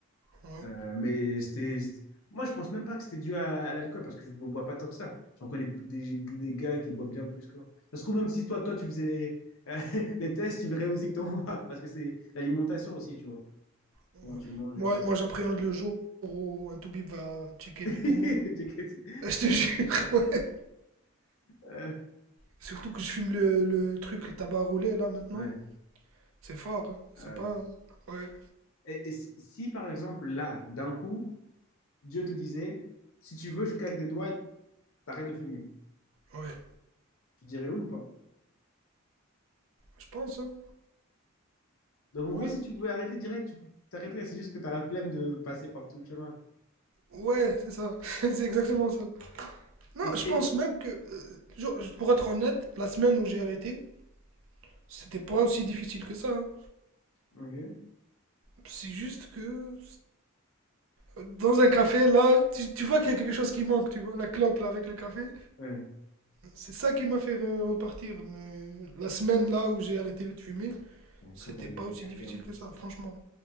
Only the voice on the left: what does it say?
Euh, mais c'était. c'était- Moi, je pense même pas que c'était dû à, à l'alcool parce que je ne bois pas tant que ça. J'en connais des, des gars qui boivent bien plus que moi. Ça se trouve, même si toi, toi, tu faisais les, euh, <laughs> les tests, tu verrais aussi que t'en bois parce que c'est l'alimentation aussi, tu vois.
Comment tu manges
et tout.
<laughs> J'ai
quitté.
Euh,
ouais.
Euh,
et, et si, si, par exemple, là, d'un coup, Dieu te disait, si tu veux, je claque des doigts, t'arrêtes de fumer.
Tu dirais oui ou pas?
Donc, en gros,
si tu pouvais arrêter direct, tu t'arrêterais. C'est juste que tu as la flemme de passer par tout le chemin, quoi.
Et,
et...
Ok.
Ouais.
La cope
avec
le
café
en plus,
ouais.